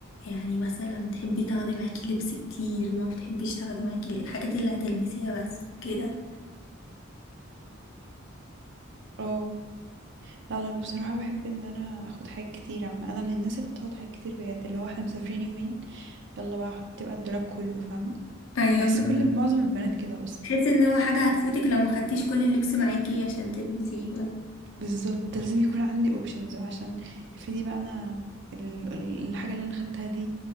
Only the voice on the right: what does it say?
اه لا انا بصراحة بحب ان انا اخد حاجات كتير عم انا من الناس اللي بتاخد حاجات كتير بجد اللي هو احنا مسافرين يومين يلا بقى احط بقى الدولاب كله فاهمة
بحس
كل معظم البنات كده اصلا
بالظبط لازم يكون عندي اوبشنز عشان افرضي بقى انا ال- ال- الحاجة اللي انا خدتها دي